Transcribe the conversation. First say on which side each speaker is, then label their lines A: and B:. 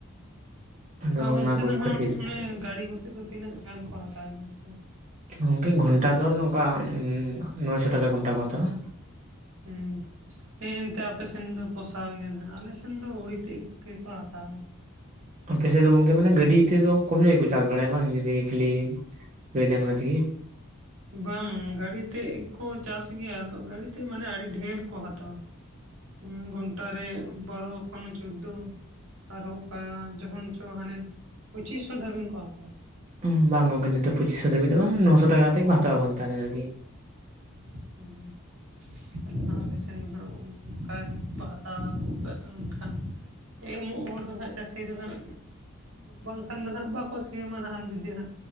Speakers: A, on the right; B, on the right.
A: ᱟᱫᱚ
B: ᱟᱨ
A: ᱚᱱᱟ
B: ᱚᱱᱛᱮ
A: ᱠᱚ
B: ᱫᱚ ᱱᱟᱦᱜ
A: ᱠᱷᱟᱹᱛᱤᱨ
B: ᱚᱱᱮ ᱜᱟᱹᱲᱤ ᱠᱚᱛᱮ ᱫᱚ ᱛᱤᱱᱟᱹᱜ ᱜᱟᱱ ᱠᱚ ᱦᱟᱛᱟᱣᱮᱱᱟ ᱛᱚᱵᱮ
A: ᱜᱚᱢᱠᱮ ᱜᱷᱚᱱᱴᱟ ᱫᱚ ᱱᱚᱝᱠᱟ ᱱᱚᱭᱥᱚ ᱴᱟᱠᱟ ᱜᱷᱚᱱᱴᱟ ᱠᱚ ᱦᱟᱛᱟᱣᱟ
B: ᱦᱮᱸ ᱦᱮᱸ ᱮᱱᱛᱮᱜ ᱟᱯᱮ ᱥᱮᱱ ᱫᱚ ᱯᱚᱥᱟᱣ ᱜᱮᱭᱟ ᱦᱜ ᱟᱞᱮ ᱥᱮᱱ ᱫᱚ ᱟᱹᱲ ᱛᱮᱫ ᱜᱮᱠᱚ ᱦᱟᱛᱟᱣᱟ
A: ᱟᱯᱮ ᱥᱮᱫ ᱫᱚ ᱜᱚᱝᱠᱮ ᱢᱟᱱᱮ ᱜᱟᱹᱰᱤ ᱛᱮᱫᱚ ᱠᱚᱢ ᱡᱟᱭᱜᱟ ᱜᱮ ᱠᱚ ᱪᱟᱥ ᱵᱟᱲᱟᱭᱟ ᱵᱟᱝ ᱡᱩᱫᱤ ᱠᱷᱮᱞᱤ ᱜᱟᱹᱭ ᱰᱟᱝᱨᱟ ᱛᱮᱜᱤ
B: ᱵᱟᱝ ᱜᱟᱹᱲᱤ ᱛᱮᱠᱩ ᱪᱟᱥ ᱜᱮᱭᱟ ᱟᱫᱚ ᱜᱟᱹᱲᱤ ᱛᱮ ᱢᱟᱱᱮ <unintelligible> ᱟᱹᱰᱤ ᱰᱷᱮᱨ ᱠᱚ ᱦᱟᱛᱟᱣᱟ ᱩᱸ ᱜᱷᱚᱱᱴᱟᱨᱮ ᱵᱟᱨᱚ ᱠᱷᱚᱱ ᱪᱳᱫᱫᱳ ᱟᱨᱦᱚᱸ ᱚᱠᱟ ᱡᱚᱦᱚᱱ ᱪᱚ ᱦᱟᱱᱮ ᱯᱩᱪᱤᱥ ᱥᱚ ᱫᱷᱟᱹᱵᱤᱡ ᱠᱚ ᱦᱟᱛᱟᱣᱟ
A: ᱚᱸ ᱵᱟᱝ ᱜᱚᱢᱠᱮ ᱱᱤᱛᱚᱜ ᱯᱚᱸᱪᱤᱥ ᱥᱚ ᱫᱷᱟᱹᱵᱤᱡ ᱫᱚ ᱵᱟᱝ ᱱᱚᱥᱚ ᱴᱟᱠᱟ ᱠᱟᱛᱮᱫ ᱠᱚ ᱦᱟᱛᱣᱟ ᱜᱷᱚᱱᱟ ᱨᱮ ᱟᱨᱠᱤ
B: <unintelligible> <unintelligible> ᱟᱞᱮ ᱥᱮᱱ ᱫᱚ ᱦᱟᱜ ᱚᱱᱠᱟ ᱠᱚ ᱦᱟᱛᱟᱣ ᱟᱹᱜᱩ ᱟᱠᱟᱫᱟ ᱮᱱᱠᱷᱟᱱ ᱮᱸ ᱩᱢᱩᱜ ᱦᱚᱲ ᱫᱚ ᱦᱟᱸᱜ ᱪᱟᱹᱥᱤ ᱫᱚ ᱦᱟᱸᱜ ᱵᱟᱝᱠᱷᱟᱱ ᱫᱚ ᱦᱟᱜ ᱵᱟᱠᱚ ᱥᱤ ᱟᱢᱟ ᱦᱟᱜ ᱟᱢ ᱡᱩᱫᱤ ᱦᱟᱜ